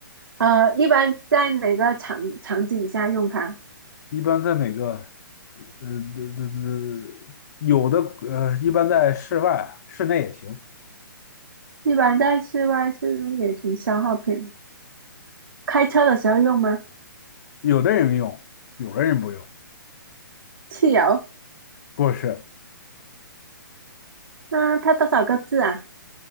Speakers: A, on the right; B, on the left.
A: 呃，一般在哪个场场景下用它？
B: 一般在哪个？呃，这这这有的呃，一般在室外啊、室内也行，
A: 一般在室外、室内也行。消耗品，开车的时候用吗？
B: 有的人用，有的人不用，
A: 汽油？
B: 不是
A: 那它多少个字啊？